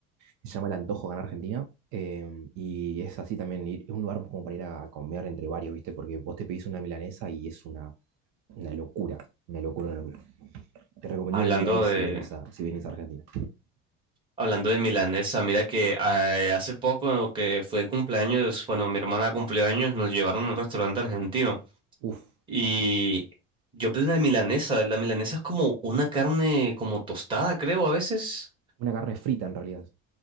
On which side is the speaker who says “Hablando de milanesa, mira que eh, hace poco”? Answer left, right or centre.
Right